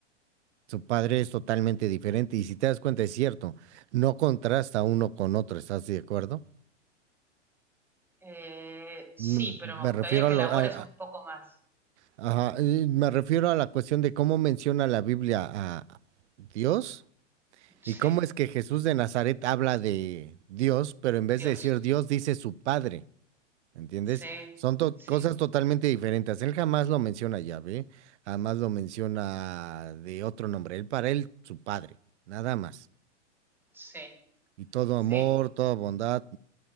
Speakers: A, on the right; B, in the centre.
A: Su padre es totalmente diferente, y si te das cuenta, es cierto, no contrasta uno con otro, ¿estás de acuerdo?
B: Eh, sí,
A: Mm,
B: pero
A: Me
B: me gustaría
A: refiero
B: que
A: a lo,
B: elabores
A: a-
B: un
A: a-
B: poco más.
A: ajá, eh, me refiero a la cuestión de cómo menciona la Biblia a Dios y
B: Sí,
A: cómo es que Jesús de Nazaret habla de Dios, pero en vez
B: Dios.
A: de decir Dios dice su Padre, ¿entiendes?
B: Sí,
A: Son to-
B: sí,
A: cosas totalmente diferentes. Él jamás lo menciona Yahvé, jamás lo menciona de otro nombre. Él para él su Padre, nada más.
B: sí,
A: Y todo
B: sí.
A: amor, toda bondad,